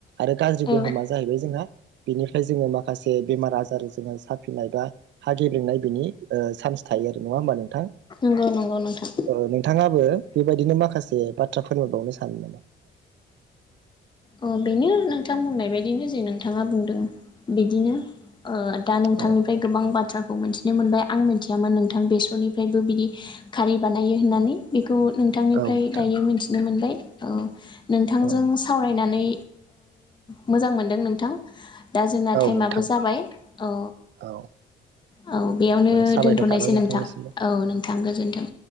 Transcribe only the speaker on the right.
आरो गाज्रि
गोहोमा जाहैबाय जोंहा बेनिफ्राय जोङो माखासे बेमार आजार जोङो साफिनाय बा हा गेब्रेनाय बिनि सान्स थायो आरो नङा होम्बा नोंथां
ओ नोंथाङाबो बेबायदिनो माखासे बाथ्रा फोरमायबावनो सानो नामा
औ
औ नोंथां
औ
औ
नोंथां
औ
साबायखर
थाबाय नोंथांनिसिमबो